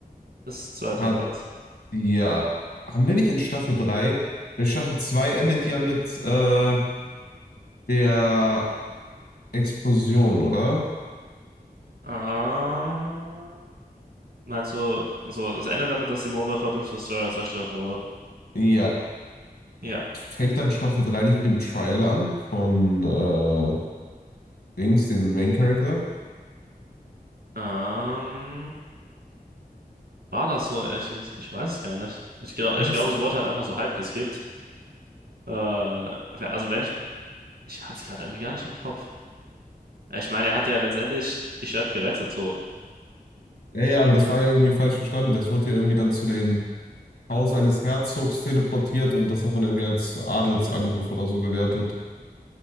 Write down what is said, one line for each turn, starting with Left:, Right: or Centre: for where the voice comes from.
Right: Ist zweiter
Left: hat
Right: Platz.
Left: ja. Haben wir nicht in Staffel drei Weil Staffel 2 endet ja mit äh, der Explosion, oder?
Right: Ah, meinst du, also es endet damit, dass die Mobile Fortress Destroyer zerstört wurde?
Left: Ja.
Right: Ja.
Left: Fängt dann Staffel 3 nicht mit dem Trial an von äh, Dings, dem Main Character?
Right: Ähm, war das so? Ich, ich weiß es gar nicht. Ich glaube,
Left: Weiß.
Right: ich glaub,
Left: nicht.
Right: es wurde halt einfach so halb geskippt. Äh, also wenn ich Ich hab's gerade irgendwie gar nicht im Kopf. Ja, Ich meine, er hat ja letztendlich die Stadt gerettet, so.
Left: Ja, ja, aber das war ja irgendwie falsch verstanden. Das wurde ja irgendwie dann zu den Haus eines Herzogs teleportiert und das hat man irgendwie als Adelsangriff oder so gewertet.